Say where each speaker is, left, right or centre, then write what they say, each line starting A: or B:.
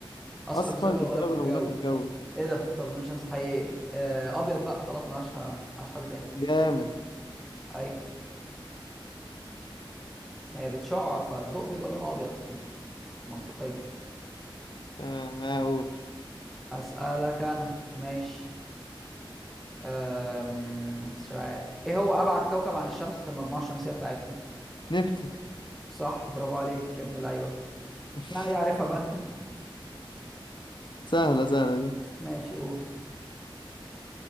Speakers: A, in the centre; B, on the left (about 60°).
A: اصفر
B: اصفر
A: بسبب
B: بسبب
A: الغلاف الجوي
B: الغلاف الجوي
A: ايه ده طب لون الشمس الحقيقي إيه؟ آه ابيض بقى خلاص ملهاش ملهاش حل تاني
B: جامد
A: ايوه ما هي بتشع فالضوء بيبقى لونه ابيض يعني منطقيا
B: تمام ما اقول
A: اسالك انا ماشي أم... مش عارف. ايه هو ابعد كوكب عن الشمس في المجموعه الشمسيه بتاعتنا
B: نبتون
A: صح برافو عليك يا ابن اللعيبه
B: <laughs>
A: مش معنى دي عارفها بقى
B: سهلة سهلة دي
A: <laughs> ماشي قول